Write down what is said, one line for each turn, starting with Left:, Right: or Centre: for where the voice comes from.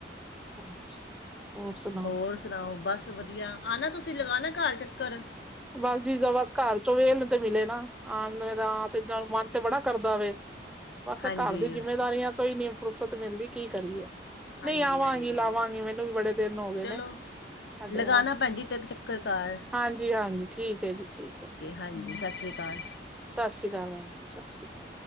Centre: ਅੱਛਾ। <unintelligible> ਸੁਣਾਓ
Left: ਹੋਰ ਸੁਣਾਓ, ਬਸ ਵਧੀਆ, ਆਨਾ ਤੁਸੀਂ ਲਗਾਨਾ ਘਰ ਚੱਕਰ,
Centre: ਬਸ ਜੀ, ਜਿੱਦਾ ਬਸ ਘਰ ਚੋਂ ਵੇਲ ਤੇ ਮਿਲੇ ਨਾ, ਆਨ, ਜਾਨ ਤੇ ਮਨ ਤੇ ਬੜਾ ਕਰਦਾ ਵੇ, ਬਸ
Left: ਹਾਂਜੀ
Centre: ਏ ਘਰ ਦੀ ਜਿੰਮੇਦਾਰੀਆਂ ਤੋਂ ਹੀ ਨੀ ਫੁਰਸਤ ਮਿਲਦੀ, ਕੀ ਕਰੀਏ?
Left: ਹਾਂਜੀ
Centre: ਨਹੀਂ ਆਵਾਂਗੀ,
Left: ਹਾਂਜੀ
Centre: ਲਾਵਾਂਗੀ, ਮੈਨੂੰ ਵੀ ਬੜੇ ਦਿਨ ਹੋ ਗਏ
Left: ਚਲੋ
Centre: ਨੇ, ਸਾਡੇ
Left: ਲਗਾਣਾ
Centre: ਵਾ?
Left: ਭੈਣ ਜੀ ਟਕ ਚੱਕਰ ਘਰ
Centre: ਹਾਂਜੀ, ਹਾਂਜੀ, ਠੀਕ ਐ ਜੀ, ਠੀਕ ਐ,
Left: ਹਾਂਜੀ, ਸਤਿ ਸ਼ੀਅਕਾਲ।
Centre: ਸਤ ਸ੍ਰੀ ਅਕਾਲ ਭੈਣ ਜੀ, ਸਤ ਸ੍ਰੀ ਅਕਾਲ।